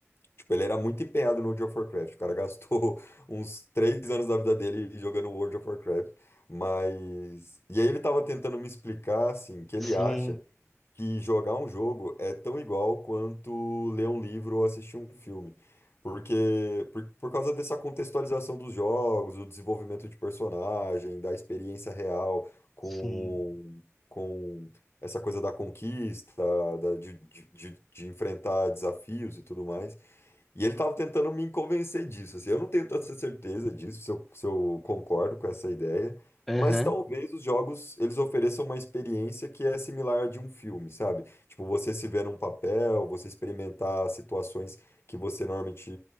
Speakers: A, on the left; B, in the centre.
A: Tipo, ele era muito empenhado no World of Warcraft. O cara gastou <laughs> uns três anos da vida dele jogando World of Warcraft. Mas. E aí ele tava tentando me explicar, assim, que
B: Sim,
A: ele acha que jogar um jogo é tão igual quanto ler um livro ou assistir um filme. Porque, por, por causa dessa contextualização dos jogos, o desenvolvimento de personagem, da experiência real com,
B: sim.
A: com essa coisa da conquista, da, de, de, de de enfrentar desafios e tudo mais. E ele estava tentando me convencer disso, assim, eu não tenho tanta certeza disso, se eu, se eu concordo com essa ideia,
B: Aham.
A: mas talvez os jogos, eles ofereçam uma experiência que é similar à de um filme, sabe? Tipo, você se ver num papel, você experimentar situações que você normalmente,